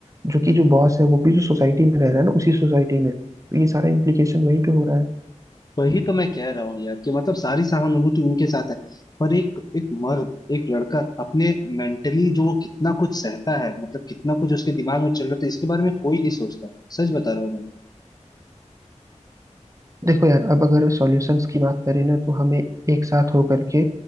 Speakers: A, on the right (about 25°); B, on the left (about 30°).
A: जो कि जो बॉस है वो भी जो सोसाइटी में रह रहा है ना उसी सोसाइटी में तो ये सारा इम्प्लीकेशन वहीं पे हो रहा है
B: वही तो मैं कह रहा हूँ यार कि मतलब सारी सहानुभूति उनके साथ है पर एक एक मर्द एक लड़का अपने मेंटली जो वो कितना कुछ सहता है मतलब कितना कुछ उसके दिमाग में चल रहा था इसके बारे में कोई नहीं सोचता सच बता रहा हूँ मैं
A: देखो यार अब अगर सॉल्यूशंस की बात करें ना तो हमें एक साथ होकर के